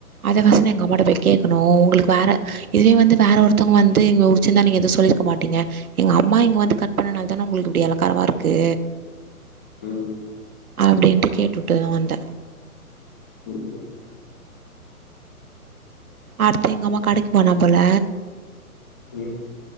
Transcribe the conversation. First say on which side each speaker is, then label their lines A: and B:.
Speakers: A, on the right (about 70°); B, on the left (about 30°).
A: அத நா சொன்ன எங்க அம்மாட்ட போய் கேக்கணு உங்களுக்கு வேற இதுவே வந்து வேற ஒருத்தவங்க வந்து இங்க உரிச்சிந்தா நீங்க எதுவு சொல்லி இருக்க மாட்டீங்க எங்க அம்மா இங்க வந்து கட் பண்ணனால தான உங்களுக்கு இப்டி எலக்காரமா இருக்கு
B: ம்
A: அப்டின்ட்டு கேட்டுட்டுதா வந்த
B: ம் ம்
A: அடுத்து எங்கம்மா கடைக்கு போனா போல
B: ம்